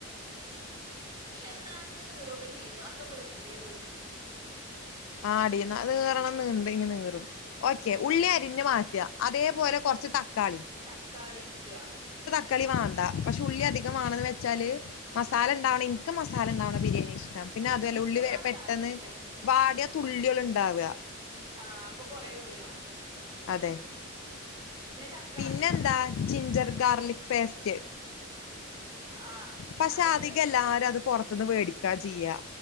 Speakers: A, on the right; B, on the left.
A: പക്ഷെ എന്നാലും നീറുംൊക്കെ ചെയ്യോ ഒക്കെ വെറുതെ തോന്നും
B: ആടി നീറണം നീണ്ട ഇ നീറും ഓക്കെ ഉള്ളി അരിഞ്ഞഞ് മാറ്റയാ അതേപല ച് തക്കാളി
A: തക്കാളി ഇട്ക്കക
B: തക്കളി വാണ്ടാ പക്ഷെ ഉള്ളി അധികം വേണന്ന് വെച്ചാല് മസാല ഉണ്ടാവണ എനക്ക് മസാല ഉണ്ടാവണം ബിയാണി ഇഷ്ടം പിന്നെ അതുഅല്ല
A: ഇച്ചും
B: ഉള്ളി
A: മസാല
B: പെട്ടെന്ന്
A: ഇഷ്ടം
B: വാടിയ തുള്ളി ഉണ്ടാവുക
A: ആഹ അപ്പൊ കൊറെ ഉള്ളി വാണം
B: അതെ
A: തക്കാളി
B: പിന്നെന്താ ജിഞ്ചർ ഗാർലിക് പേസ്റ്റ്
A: ആഹ്
B: പക്ഷെ
A: അതിടുക
B: അധികം എല്ലാരും അത് പുൊറത്തന്ന് മേടിക്കാ ചെയ്യാ